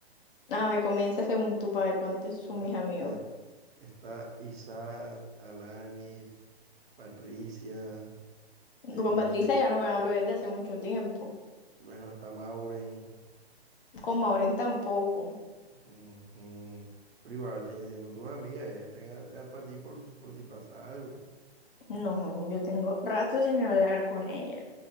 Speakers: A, on the left; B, on the right.
A: Nada, me comienza según tu padre cuántos son
B: Mira,
A: mis amigos.
B: está, está Isaac, Alanis, Patricia, eh,
A: Con Patricia ya no me hablo desde hace mucho tiempo.
B: bueno, está Mauren,
A: Con Maureen tampoco.
B: ujú, pero igual siguen siendo tus amigas, ellas están a- a- para ti por, si- por si pasa algo.
A: No, yo tengo rato sin hablar con ella.